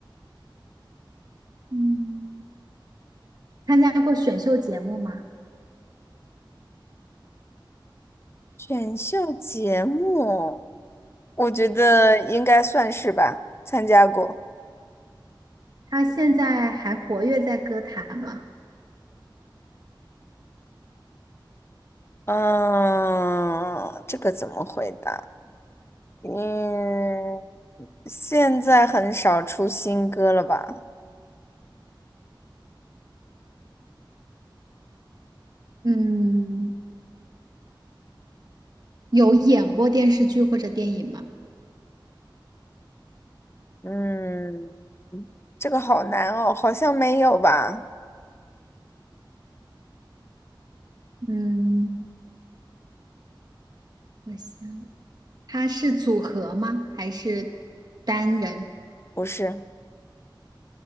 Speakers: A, on the right (about 50°); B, on the left (about 30°).
A: 嗯。参加过选秀节目吗？
B: 选秀节目，我觉得应该算是吧，参加过。
A: 他现在还活跃在歌坛吗？
B: 嗯，这个怎么回答？嗯，现在很少出新歌了吧？
A: 嗯，有演过电视剧或者电影吗？
B: 嗯，这个好难哦，好像没有吧？
A: 嗯，我想他是组合吗？还是单人？
B: 不是，